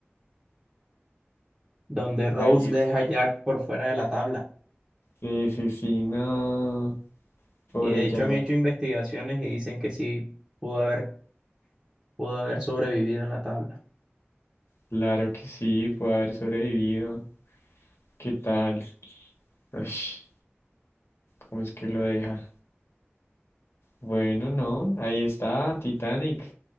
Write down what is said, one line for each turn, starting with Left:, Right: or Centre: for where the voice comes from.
Right: donde Rose
Left: Ahí está.
Right: deja a Jack por fuera de la tabla.
Left: Sí, sí, sí, no. Pobre
Right: Y de
Left: Jack.
Right: hecho han hecho investigaciones y dicen que sí pudo haber, pudo haber sobrevivido en la tabla.
Left: Claro que sí, puede haber sobrevivido. ¿Qué tal? Ush, ¿cómo es que lo deja? Bueno, no, ahí está, Titanic,